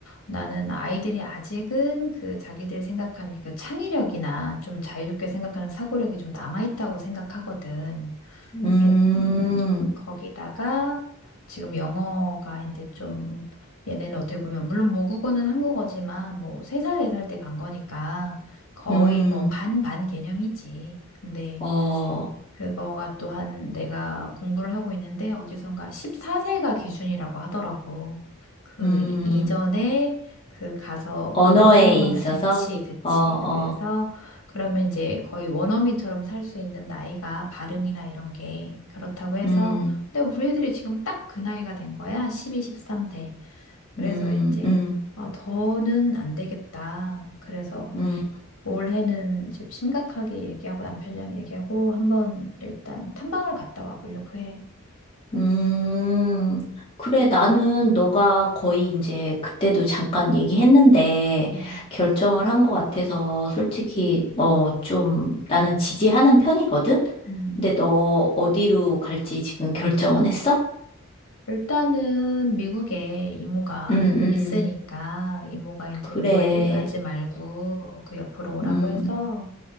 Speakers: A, on the left; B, on the left.
A: 나는 아이들이 아직은 그 자기들 생각하는 그 창의력이나 좀 자유롭게 생각하는 사고력이 좀 남아있다고 생각하거든.
B: 음,
A: 이렇게, 음, 거기다가 지금 영어가 이제 좀 얘네는 어떻게 보면 물론 모국어는 한국어지만 뭐 세 살 네 살 때 간 거니까 거의
B: 음,
A: 뭐 반반 개념이지. 근데
B: 어,
A: 그거가 또한 내가 공부를 하고 있는데 어디선가 14세가 기준이라고 하더라고. 그
B: 음,
A: 이- 이전에 그 가서
B: 언어에
A: 말을 사용하면
B: 있어서,
A: 그치, 그치.
B: 어, 어,
A: 그래서 그러면 이제 거의 원어민처럼 살 수 있는 나이가 발음이나 이런 게 그렇다고 해서
B: 음,
A: 근데 우리 애들이 지금 딱 그 나이가 된 거야. 12, 13세. 그래서
B: 음,
A: 이제
B: 음,
A: 아, 더는 안 되겠다. 그래서
B: 음,
A: 올해는 집 심각하게 얘기하고 남편이랑 얘기하고 한번 일단 탐방을 갔다 와 보려고 해.
B: 음. 그래, 나는 너가 거의 이제 그때도 잠깐 얘기했는데
A: 음,
B: 결정을 한 것 같아서 솔직히, 어, 좀 나는 지지하는 편이거든?
A: 음,
B: 근데 너 어디로 갈지 지금 결정은 했어?
A: 일단은 미국에 이모가
B: 음,
A: 있- 있으니까
B: 음,
A: 이모가 이제
B: 그래,
A: 멀리 가지 말고 그 옆으로 오라고
B: 음,
A: 해서